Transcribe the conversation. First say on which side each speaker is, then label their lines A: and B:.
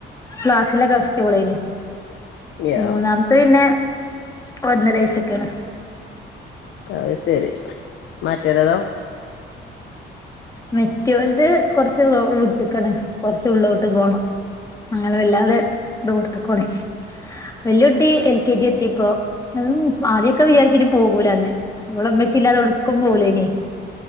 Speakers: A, on the left (about 15°); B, on the left (about 75°).
A: ക്ലാസ്ല്ലെ ഗസ്റ്റോളേനി
B: <unintelligible>
A: മൂന്നാമത്തെ പിന്നെ ഒന്നര വയസൊക്കെയാണ്
B: പ്പതു ശരി മറ്റെരെതോ
A: മറ്റോൽത് കൊറച്ചു വിട്ട്ക്ക്ണ്‌ കൊറച്ചുള്ളോട്ട് പോണം അങ്ങനെ വല്ലാതെ ദൂർത്ത്ക്കോണി വല്യുട്ടി എൽ കെ ജി എത്തീപ്പോ അതും ആദ്യോക്കെ വിചാരിച്ചിനി പോകൂല്ലാന്ന് ഇവളമ്മച്ചി ഇല്ലാതെ എവ്‌ടുക്കും പോകൂല്ലനി